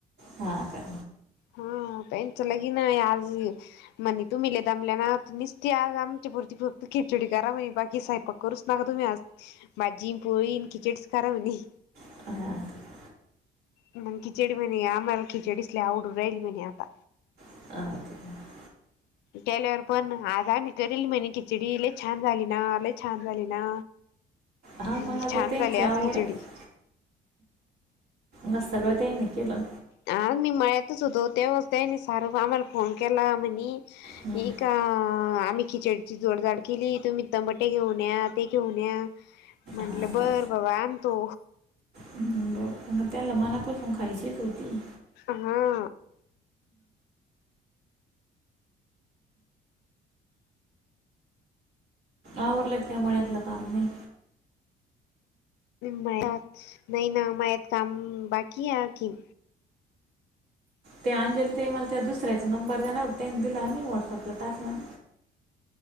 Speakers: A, on the right; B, on the left.
A: हा का,
B: हा, ताईच लगीन हाय, आत यु म्हणे तुम्ही लय दमल्या ना निसती आज आमच्या पुरती फक्त खिचडी करा, म्हणे बाकी स्वयंपाक करूच नका तुम्ही, आज भाजी अण पोळी, खिचडीचं करा म्हणे.
A: ह <inaudible>
B: मंग खिचडी म्हणे आम्हाला खिचडीच लई आवडून राहिली म्हणे आता
A: ह <inaudible>
B: केल्यावर पण आज आम्ही करील म्हणे खिचडी लय छान झाली ना लय छान झाली ना
A: हा
B: हम्म
A: मग आता
B: छान
A: त्यांची
B: झाली आज
A: आवड
B: खिचडी
A: आहे मग सगळं ते आहे ना केलं
B: आ मी मळ्यातंच होतो तेव्हाच त्यांनी सार्व आम्हाला फोन केला म्हणी
A: हम्म
B: इ का आम्ही खिचडीची जोडझाड केली तुम्ही टमाटे घेऊन या ते घेऊन या म्हटलं
A: हा
B: बंर
A: का
B: बाबा आणतो
A: बरं त्याला मनापासून खायचीच होती
B: हा
A: आवरलाट काय मळ्यातलं काम नाही
B: मळ्यात नाही ना मळ्यात काम बाकी आहे की
A: ते अंजेली ताई मला त्या दुसऱ्याचा नंबर देणार होते आणि तुला मी व्हॉट्सअपला टाकणार